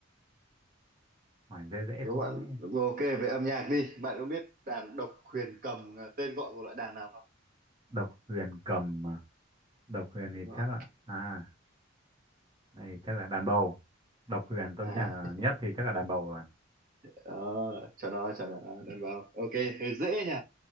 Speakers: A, on the right (about 25°); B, on the right (about 45°).
A: hỏi dễ dễ
B: đố
A: thôi
B: bạn ừ, ok về âm nhạc đi bạn có biết đàn độc huyền cầm là tên gọi của loại đàn nào không
A: độc huyền cầm à? độc huyền
B: đúng
A: thì
B: rồi
A: chắc là à đây chắc là đàn bầu độc huyền tôi
B: à
A: nghĩ là nhất thì chắc là đàn bầu rồi
B: ờ, cho nó cho nó đàn bầu ok hơi dễ nhỉ